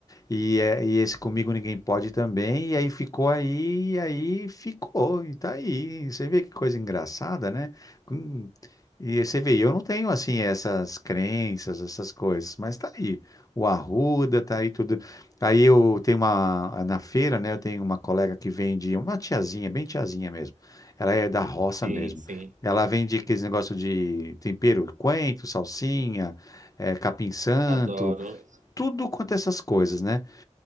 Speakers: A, on the left; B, on the right.
A: E, é- e esse Comigo Ninguém Pode também, e aí ficou aí, e aí ficou, e tá aí. Você vê que coisa engraçada, né? Hum, E você vê, eu não tenho assim essas crenças, essas coisas, mas tá aí. O Arruda, tá aí tudo. Aí eu tenho uma, na feira, né? Eu tenho uma colega que vende, uma tiazinha, bem tiazinha mesmo. Ela é da roça
B: Sim,
A: mesmo.
B: sim.
A: Ela vende aqueles negócio de tempero, coentro, salsinha, eh, capim-santo,
B: Adoro.
A: tudo quanto é essas coisas, né?